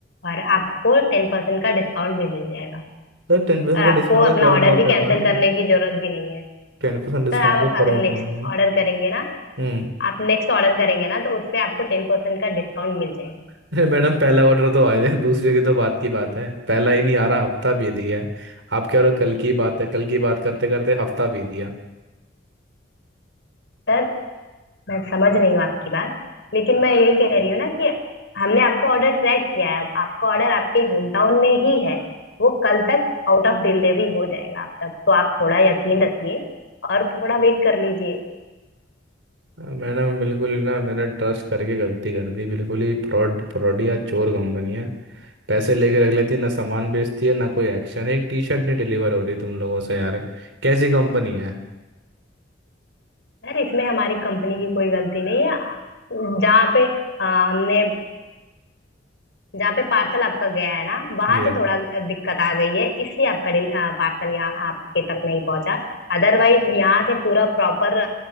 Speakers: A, on the left; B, on the right.
A: और आपको टेन परसेंट का डिस्काउंट भी मिल जाएगा
B: सर टेन परसेंट
A: और आपको
B: का डिस्काउंट का
A: अपना
B: करूंगा
A: ऑर्डर भी
B: क्या
A: कैंसिल
B: मैम
A: करने की जरूरत भी नहीं है
B: टेन परसेंट डिस्काउंट
A: सर आप
B: का
A: अब
B: करूंगा
A: अगर नेक्स्ट
B: क्या मैम
A: ऑर्डर करेंगे ना
B: हम्म
A: आप नेक्स्ट ऑर्डर करेंगे ना तो उस पे आपको टेन परसेंट का डिस्काउंट मिल जाएगा
B: <laughs> अरे मैडम पहला ऑर्डर तो आ जाए दूसरे की तो बात की बात है पहला ही नहीं आ रहा हफ्ता भी दिया है आप कह रहे हो कल की बात है कल की बात करते करते हफ्ता भी दिया
A: सर, मैं समझ रही हूँ आपकी बात लेकिन मैं यही कह रही हूँ ना कि हमने आपका ऑर्डर ट्रैक किया है आपका ऑर्डर आपके होम टाउन में ही है वो कल तक आउट ऑफ डिलीवरी हो जाएगा आप तक तो आप थोड़ा यकीन रखिए और थोड़ा वेट कर लीजिए
B: हाँ, मैडम बिल्कुल ना मैंने ट्रस्ट करके गलती कर दी बिल्कुल ही फ्रॉड फ्रॉडी या चोर कंपनी है पैसे लेके रख लेती है ना सामान बेचती है ना कोई एक्शन एक टी शर्ट नहीं डिलीवर हो रही तुम लोगों से यार कैसी कंपनी है
A: यार इसमें हमारी कंपनी की कोई गलती नहीं है जहाँ पे आ, हमने जहाँ पे पार्सल आपका गया है ना वहां
B: जी
A: से थोड़ा दिक्कत आ गई है इसलिए आपका डिल- अ, पार्सल यहाँ आपके तक नहीं पहुंचा अदरवाइज यहाँ से पूरा प्रॉपर